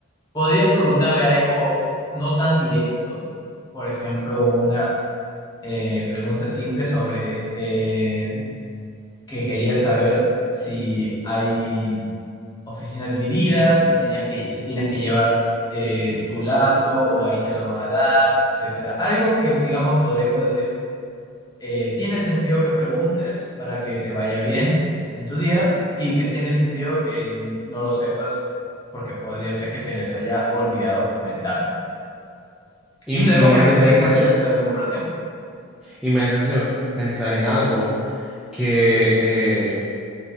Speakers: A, on the left; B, in the centre.
A: Podrías preguntarle algo no tan directo, por ejemplo, una eh, pregunta simple sobre eh, que querías saber si hay oficinas divididas, si tenías que, si tienes que llevar eh, tu laptop o ahí te lo van a dar, etcétera. Algo que, digamos, podríamos decir, eh, tiene sentido que preguntes para que te vaya bien en tu día y que tiene sentido que n- no lo sepas porque podría ser que se les haya olvidado comentártelo.
B: Y,
A: Y luego
B: y me,
A: a partir
B: ha-
A: de
B: me
A: ahí
B: has
A: puedes
B: hecho,
A: hacer una comparación.
B: y me has hecho pensar en algo que eh,